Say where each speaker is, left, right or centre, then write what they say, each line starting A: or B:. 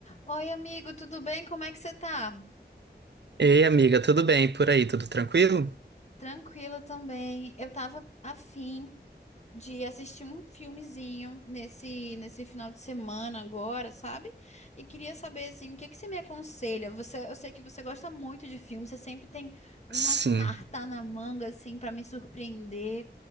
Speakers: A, on the left; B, on the right.
A: Oi, amigo, tudo bem? Como é que você tá?
B: Ei, amiga, tudo bem por aí? Tudo tranquilo?
A: Tranquila também. Eu tava afim de assistir um filmezinho nesse nesse final de semana agora, sabe? E queria saber assim, o que que você me aconselha? Você, eu sei que você gosta muito de filme, você sempre tem uma
B: Sim,
A: carta na manga assim pra me surpreender.